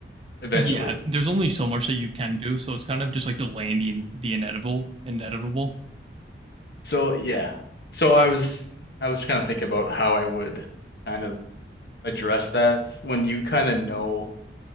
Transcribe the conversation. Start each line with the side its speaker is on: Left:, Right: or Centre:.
Left: eventually.
Right: Yeah, there's only so much that you can do, so it's kind of just like delaying the the inevitable, inevitable.
Left: So yeah. So I was I was kind of thinking about how I would kind of address that when you kind of know